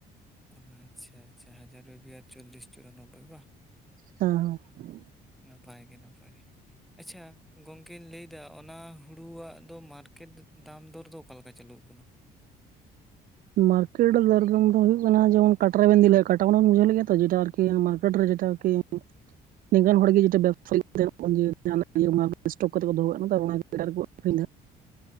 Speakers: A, in the centre; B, on the right (about 55°).
A: ᱚ ᱟᱪᱪᱷᱟ ᱟᱪᱪᱷᱟ ᱦᱟᱡᱟᱨ ᱵᱤᱵᱤ ᱟᱨ ᱪᱚᱞᱞᱤᱥ ᱪᱩᱨᱟᱱᱚᱵᱵᱚᱭ ᱵᱟ?
B: ᱦᱮᱸ ᱦᱮᱸ ᱾
A: ᱱᱟᱯᱟᱭ ᱜᱮ ᱱᱟᱯᱟᱭ ᱾ ᱟᱪᱪᱷᱟ ᱜᱚᱝᱠᱮᱧ ᱞᱟᱹᱭ ᱫᱟ ᱚᱱᱟ ᱦᱩᱲᱩᱣᱟᱜ ᱫᱚ ᱢᱟᱨᱠᱮᱴ ᱫᱟᱢ ᱫᱚᱨ ᱫᱚ ᱚᱠᱟ ᱞᱮᱠᱟ ᱪᱟᱹᱞᱩᱣ ᱟᱠᱟᱱᱟ?
B: ᱢᱟᱨᱠᱮᱴ ᱫᱚᱨ ᱫᱟᱢ ᱫᱚ ᱦᱩᱭᱩᱜ ᱠᱟᱱᱟ, ᱡᱮᱢᱚᱱ ᱠᱟᱴᱨᱟ ᱵᱮᱱ ᱤᱫᱤ ᱞᱮᱜᱼᱟ ᱠᱟᱴᱟ ᱢᱟᱱᱮ ᱵᱤᱱ ᱵᱩᱡᱷᱟᱹᱣ ᱞᱮᱫ ᱜᱮᱭᱟ ᱛᱚ? ᱡᱮᱴᱟ <unintelligible> ᱠᱟᱴᱨᱮ ᱡᱮᱴᱟ ᱠᱤ ᱱᱤᱝᱠᱟᱱ ᱦᱚᱲ ᱜᱮ ᱡᱚᱛᱚ ᱵᱮᱵᱽᱥᱟ <unintelligible> <inaudible> ᱥᱴᱚᱠ ᱠᱟᱛᱮ ᱠᱚ ᱫᱚᱦᱚ ᱠᱟᱜ ᱠᱟᱱᱟ ᱛᱚ ᱟᱨ ᱚᱱᱟ ᱜᱮ ᱮᱴᱟᱜ ᱨᱮᱠᱚ ᱟᱹᱠᱷᱨᱤᱧ ᱫᱟ ᱾